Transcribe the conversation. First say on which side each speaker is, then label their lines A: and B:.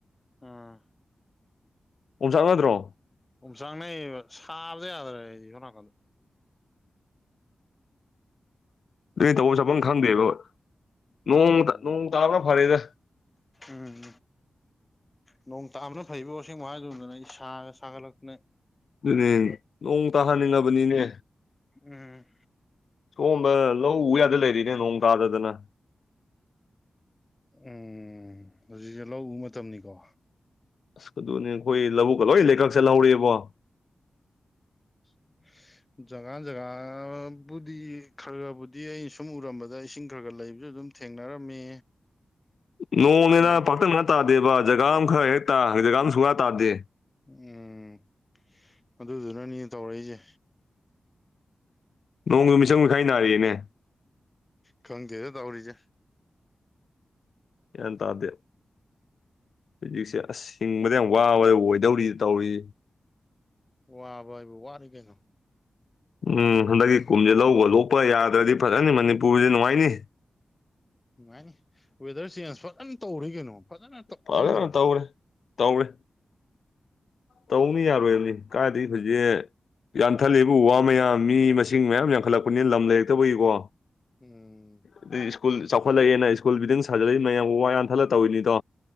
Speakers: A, on the left; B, on the left.
A: ꯑꯥ
B: ꯎꯨꯝ ꯆꯥꯡ ꯉꯗ꯭ꯔꯣ
A: ꯑꯣꯨꯝꯁꯥꯡꯅꯩ ꯁꯥꯕꯗꯤ ꯌꯥꯗ꯭ꯔꯦ ꯑꯩ ꯍꯣ ꯅꯥꯀꯟꯗ
B: ꯅ ꯇꯧꯕ ꯆꯄꯐꯝ ꯈꯪꯗꯦꯕ ꯅꯣꯡ
A: ꯎꯝ
B: ꯅꯣꯡ ꯇꯥꯕꯅ ꯐꯔꯦꯗ
A: ꯎꯝꯝ ꯅꯣꯡ ꯇꯥꯕꯅ ꯐꯩꯕ ꯋꯥꯁꯦꯡꯕ ꯍꯥꯏꯗꯨꯗꯅ ꯑꯩ ꯏꯁꯥꯒ ꯁꯥꯒꯠꯂꯛꯇꯅꯦ
B: ꯑꯗꯨꯅꯦ ꯅꯣꯡ ꯇꯥꯍꯟꯅꯤꯡꯉꯕꯅꯤꯅꯦ
A: ꯎꯝ
B: ꯁꯣꯝꯕ ꯂꯧ ꯎ ꯌꯥꯗ ꯂꯩꯔꯤꯅꯦ ꯅꯣꯡ ꯇꯥꯗꯗꯅ
A: ꯎꯝ ꯍꯧꯖꯤꯛꯁꯦ ꯂ ꯎ ꯃꯇꯝꯅꯤꯀꯣ
B: ꯑꯁ ꯑꯗꯨꯅꯦ ꯑꯩꯈꯣꯏ ꯂꯧꯕꯨꯛꯀ ꯂꯣꯏ ꯂꯩꯀꯛ ꯆꯠꯍꯧꯔꯤꯑꯕ <unintelligible>
A: ꯎꯝ ꯖꯒꯥ ꯖꯒꯥꯕꯨꯗꯤ ꯈꯔ ꯈꯕꯨꯗꯤ ꯑꯩꯅ ꯁꯨꯝ ꯎꯔꯝꯕꯗ ꯏꯁꯤꯡ ꯈꯔ ꯈꯔ ꯂꯩꯕꯁꯨ ꯑꯗꯨꯝ ꯁꯨꯝ ꯊꯦꯡꯅꯔꯝꯃꯤ
B: ꯅꯣꯡꯅꯤꯅ
A: ꯑꯗꯨ
B: ꯄꯥꯛꯇꯛ ꯉ ꯇꯥꯗꯦꯕ ꯖꯒꯥ ꯑꯃ ꯈꯔ ꯍꯦꯛꯛꯇꯥ ꯖꯒꯥ ꯑꯃ ꯁꯨꯡꯒꯥ ꯇꯥꯗꯦ
A: ꯎꯝ ꯑꯗꯨꯗꯨꯅꯅꯦ ꯇꯧꯔꯛꯏꯁꯦ
B: ꯅꯣꯡꯗꯨ ꯃꯤꯆꯪ ꯃꯤꯈꯥꯏ ꯅꯥꯔꯤꯑꯅꯦ
A: ꯈꯪꯒꯦꯗ ꯇꯎꯔꯤꯁꯦ
B: ꯌꯥꯟ ꯇꯥꯗ ꯍꯧꯖꯤꯛꯁꯦ ꯑꯁ ꯍꯤꯡꯕꯗ ꯌꯥꯝ ꯋꯥꯕꯗ ꯑꯣꯏꯗꯧꯔꯤ ꯇꯧꯔꯤ
A: ꯋꯥꯕ ꯍꯥꯏꯕꯨ ꯋꯥꯔ ꯀꯩꯅꯣ
B: ꯎꯝ ꯍꯟꯗꯛꯀꯤ ꯀꯨꯝꯁꯦ ꯂꯧꯕ ꯂꯣꯛꯄ ꯌꯥꯗ꯭ꯔꯗꯤ ꯐꯖꯅꯤ ꯃꯅꯤꯄꯨꯔꯁꯦ ꯅꯨꯡꯉꯥꯏꯅꯤ
A: ꯅꯨꯡꯉꯥꯏꯅꯤ ꯋꯦꯗꯔ ꯆꯦꯟꯖ ꯐꯖꯅ ꯇꯧꯔꯤ ꯀꯩꯅꯣ ꯐꯖꯅ
B: ꯄꯥꯂꯦꯅ
A: ꯈꯪꯗ꯭ꯔꯣ
B: ꯇꯧꯔꯦ ꯇꯧꯔꯦ ꯇꯧꯅꯤ ꯌꯥꯔꯣꯏꯕꯅꯤ ꯀꯥꯏꯗꯒꯤꯩ ꯍꯧꯖꯤꯛ ꯌꯥꯟꯊꯠꯂꯦꯕ ꯎ ꯋꯥ ꯃꯌꯥꯝ ꯃꯤ ꯃꯁꯤꯡ ꯃꯌꯥꯝ ꯌꯥꯟꯈꯠꯂꯛꯄꯅꯤꯅ ꯂꯝ ꯂꯩꯔꯛꯇꯕꯒꯤꯀꯣ
A: ꯎꯝ
B: ꯑꯗꯩ ꯁ꯭ꯀꯨꯜ ꯆꯥꯎꯈꯠꯂꯛꯑꯦꯅ ꯁ꯭ꯀꯨꯜ ꯕꯤꯗꯤꯡ ꯁꯥꯖꯔꯂꯛꯏ ꯃꯌꯥꯝꯕꯨ ꯋꯥ ꯌꯥꯟꯊꯜꯂ ꯇꯧꯔꯤꯅꯤꯗꯣ